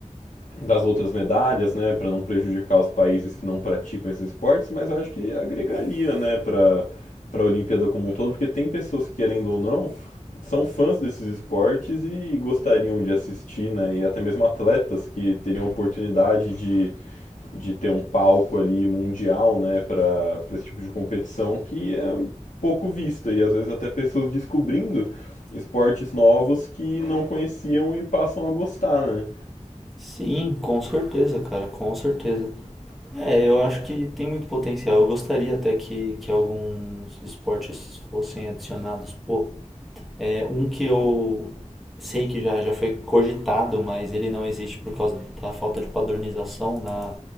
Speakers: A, on the left; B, in the centre.
A: das outras medalhas, né, para não prejudicar os países que não praticam esses esportes, mas eu acho que agregaria, né, para para a Olimpíada como um todo, porque tem pessoas que querendo ou não são fãs desses esportes e gostariam de assistir, né, e até mesmo atletas que teriam a oportunidade de de ter um palco ali mundial, né, para esse tipo de competição que é pouco vista e às vezes até pessoas descobrindo esportes novos que não conheciam e passam a gostar, né?
B: Sim, com certeza, cara, com certeza. É, eu acho que tem muito potencial. Eu gostaria até que, que alguns esportes fossem adicionados. Pô, É, um que eu sei que já, já foi cogitado, mas ele não existe por causa da falta de padronização na,